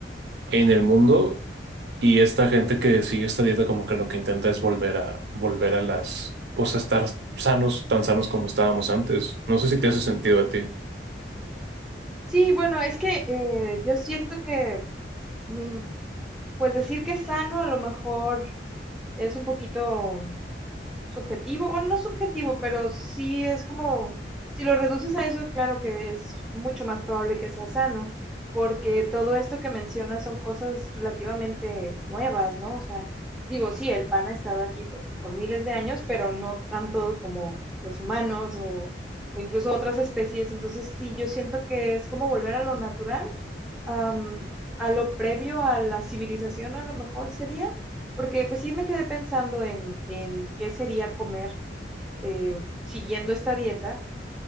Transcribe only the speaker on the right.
en el mundo y esta gente que sigue esta dieta como que lo que intenta es volver a, volver a las, pues a estar sanos, tan sanos como estábamos antes. No sé si te hace sentido a ti.